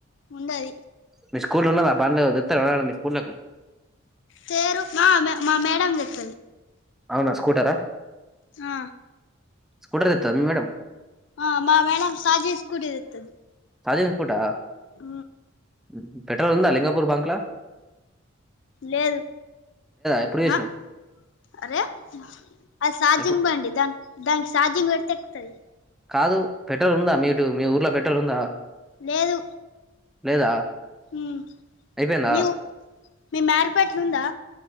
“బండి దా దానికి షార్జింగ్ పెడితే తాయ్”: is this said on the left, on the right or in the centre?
Left